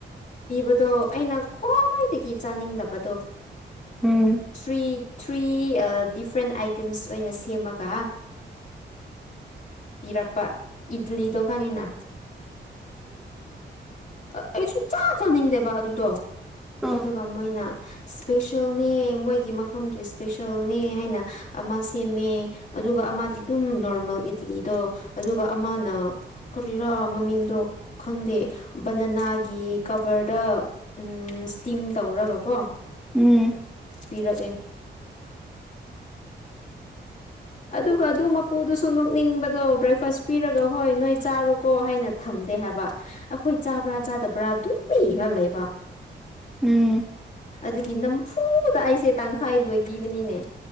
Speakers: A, on the left; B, in the centre.
A: ꯄꯤꯕꯗꯣ ꯑꯩꯅ ꯈ꯭ꯋꯥꯏꯗꯒꯤ ꯆꯥꯅꯤꯡꯗꯕꯗꯣ
B: ꯎꯝ
A: ꯊ꯭ꯔꯤ ꯊ꯭ꯔꯤ ꯑꯥ ꯗꯤꯐ꯭ꯔꯦꯟ ꯑꯥꯏꯇꯦꯝꯁ ꯑꯣꯏꯅ ꯁꯦꯝꯃꯒ ꯄꯤꯔꯛꯄ ꯏꯗꯂꯤꯗꯣ ꯈꯪꯉꯤꯅ ꯑ ꯑꯩ ꯁꯨꯛꯆꯥ ꯆꯥꯅꯤꯡꯗꯦꯕ ꯑꯗꯨꯗꯣ
B: ꯑꯣ
A: ꯑꯗꯨꯒ ꯃꯣꯏꯅ ꯏꯁꯄꯦꯁꯦꯜꯅꯦ ꯃꯣꯏꯒꯤ ꯃꯐꯝꯒꯤ ꯏꯁꯄꯦꯁꯦꯜꯅꯦ ꯍꯥꯏꯅ ꯑꯃ ꯁꯦꯝꯃꯦ ꯑꯗꯨꯒ ꯑꯃꯗꯤ ꯑꯗꯨꯝ ꯅꯣꯔꯃꯦꯜ ꯏꯗꯂꯤꯗꯣ ꯑꯗꯨꯒ ꯑꯃꯅ ꯀꯔꯤꯔꯥ ꯃꯃꯤꯡꯗꯣ ꯈꯪꯗꯦ ꯕꯅꯅꯥꯒꯤ ꯀꯚ꯭ꯔꯗ ꯎꯝ ꯁ꯭ꯇꯤꯝ ꯇꯧꯔꯒꯀꯣ
B: ꯎꯝ
A: ꯄꯤꯔꯛꯑꯦ ꯑꯗꯨꯒ ꯑꯗꯨ ꯃꯄꯨꯗꯨꯁꯨ ꯅꯣꯛꯅꯤꯡꯕꯗꯣ ꯕ꯭ꯔꯦꯛꯐꯥꯁ ꯄꯤꯔꯒ ꯍꯣꯏ ꯅꯣꯏ ꯆꯥꯔꯣꯀꯣ ꯍꯥꯏꯅ ꯊꯝꯗꯦ ꯍꯥꯏꯕ ꯑꯈꯣꯏ ꯆꯥꯕ꯭ꯔꯥ ꯆꯥꯗꯕ꯭ꯔꯥ ꯑꯗꯨꯝ ꯌꯦꯡꯉ ꯂꯩꯕ
B: ꯎꯝ
A: ꯑꯗꯨꯒꯤ ꯅꯝꯐꯨꯗ ꯑꯩꯁꯦ ꯇꯪꯈꯥꯏ ꯂꯣꯏꯕꯤꯕꯅꯤꯅꯦ